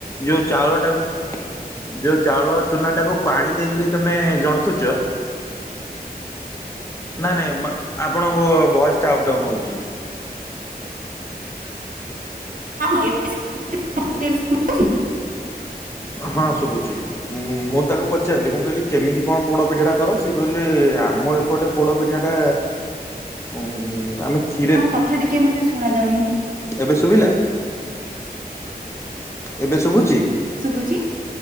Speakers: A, on the left; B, on the right.
A: ଯୋଉ ଚାଉଳ ଟାକୁ ଯୋଉ ଚାଉଳର ଚୁନା ଟାକୁ ପାଣି ଦେଇକରି ତମେ ଜନ୍ତୁଚ! ନାଇଁ ନାଇଁ ଆପଣଙ୍କ ଭଏସ୍ଟା ଅପ୍ ଡାଉନ୍ ହଉଚି।
B: <unintelligible> <unintelligible>
A: ହଁ ଶୁଭୁଚି। ଉଁ ମୁଁ ତାକୁ ପଚାରିଲି ମୁଁ କହିଲି କେମିତି କଣ ପୋଡ଼ ପିଠା ଟା କର ସିଏ କହିଲେ ଆମ ଏପ୍ ଏପଟେ ପୋଡ ପିଠା ଟା ଉମ ଆମେ ଚ୍ଛୁ
B: କଣ କଥା ଟିକେ ମତେ ଶୁଣା ଯାଉନି।
A: ଏବେ ଶୁଭିଲା! ଏବେ ଶୁବୁଚି?
B: ଶୁବୁଚି